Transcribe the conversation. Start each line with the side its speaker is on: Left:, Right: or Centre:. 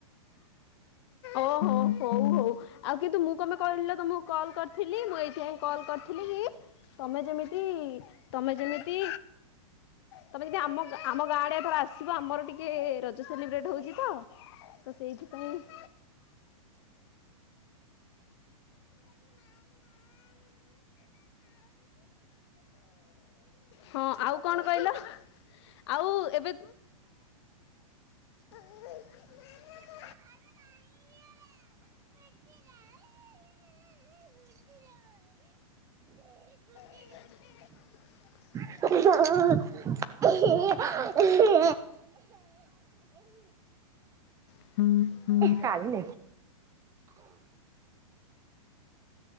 Left: ଓହୋ ହୋଉ ହୋଉ। ଆଉ କିନ୍ତୁ ମୁଁ କପାଇଁ ତମେ କହିଲ ତମକୁ କଲ୍ କରିଥିଲି ମୁଁ ଏଇଥିଆଇଁ କଲ୍ କରିଥିଲି। ତମେ ଯେମିତି ତମେ ଯେମିତି ତମେ ଯେମିତି ଆମ ଆମ ଗାଁଡ଼େ ର ଆସିବ ଆମର ଟିକେ ରଜ ରଜ ସେଲିବ୍ରେଟ ହୋଉଚିତ ତ ସେଇଥିପାଇଁ <unintelligible> ହଁ ଆଉ କଣ କହିଲ ଆଉ ଏବେ ହ <unintelligible> <inaudible>
Right: <unintelligible> <unintelligible>
Left: <unintelligible>
Right: କାଲି